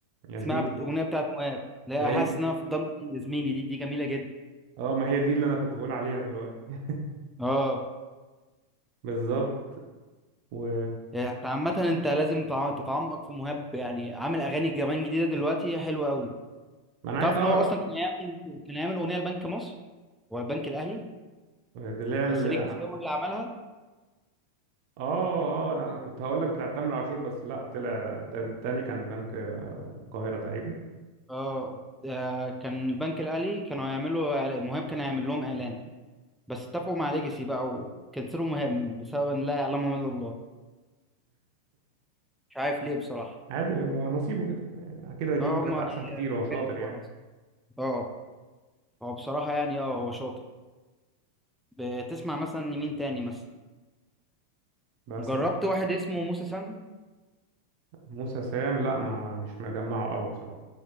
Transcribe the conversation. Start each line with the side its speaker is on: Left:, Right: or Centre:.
Right: يا زميلي
Centre: اسمها بت- اغنيه بتاعت مواب لا
Right: ما هي
Centre: حاسس
Right: دي
Centre: ان انا في ضمن يا زميلي دي دي جميله جدا
Right: اه ما هي دي اللي أنا كنت بقول عليها دلوقتي
Centre: اه
Right: بالظبط و
Centre: يعني انت عامه انت لازم تع- تتعمق في مهاب يعني عامل اغاني كمان جديده دلوقتي حلوه قوي
Right: ما أنا عايز
Centre: تعرف
Right: اه
Centre: ان هو اصلا كان يعمل كان يعمل اغنيه لبنك مصر والبنك الاهلي
Right: دي اللي
Centre: بس ليجاسي
Right: هي
Centre: هو اللي عملها
Right: اه اه انا أنا كنت هقول لك بتاع تامر عاشور بس لا طلع تا- تاني كان بنك القاهرة تقريبا
Centre: اه آه، كان البنك الاهلي كانوا هيعملوا إعلا- مهاب كان هيعمل لهم اعلان بس اتفقوا مع ليجاسي بقى وكنسلوا مهاب بسبب ان لا يعلمهم الا الله مش عارف ليه بصراحه
Right: عادي هو نصيبه كده يعني اكيد هيجيله
Centre: اه
Right: حاجات
Centre: هما
Right: احسن
Centre: هي
Right: كتير
Centre: الحاجات
Right: هو شاطر
Centre: دي بتبقى
Right: يعني
Centre: ناقصه اه هو بصراحه يعني اه هو شاطر بتسمع مثلا لمين تاني مثلا
Right: بس
Centre: جربت
Right: مع
Centre: واحد اسمه موسى سام
Right: موسى سام لا ما مش مجمعه قوي بصراحة